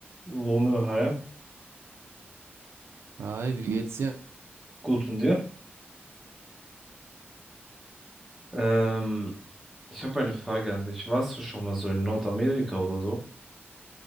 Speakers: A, in the centre; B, on the right.
A: Romeo Halb,
B: Hi, wie geht's dir?
A: gut und dir? Ähm, ich habe eine Frage an dich. Warst du schon mal so in Nordamerika oder so?